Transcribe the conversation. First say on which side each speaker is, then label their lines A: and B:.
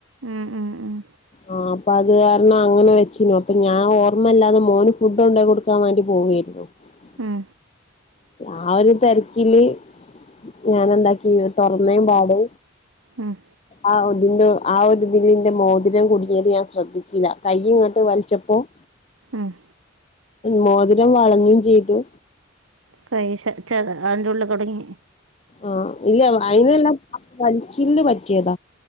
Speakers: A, on the right (about 85°); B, on the left (about 30°).
A: ഉം ഉം ഉം
B: ആഹ് അപ്പോ അത് കാരണം അങ്ങനെ വെച്ചിന്നു അപ്പോ ഞാൻ ഓർമ്മയില്ലാതെ മോന് ഫുഡ് കൊണ്ട് കൊടുക്കാൻ വേണ്ടി പോകുവായിരുന്നു. ഹലോ
A: ഉം
B: ആ ഒരു തെര്ക്കില്- ഞാൻ എന്താക്കിനു തുറന്നേയും പാട്
A: ആഹ്
B: ആഹ് ഒരു ആ ഒരു ഇതില് ന്റെ മോതിരം കുടുങ്ങിയത് ഞാൻ ശ്രദ്ധിച്ചില്ല കൈ ഇങ്ങോട്ട് വലിച്ചപ്പോ-
A: ആഹ്
B: മോതിരം വളഞ്ഞും ചെയ്തു
A: കൈ സ ച്ച അതിന്റെ ഉുള്ളിൽ കുട്ങ്ങി
B: ആഹ് ഇല്ല അയിലിള്ള ആ വലിച്ചില് പറ്റിയെത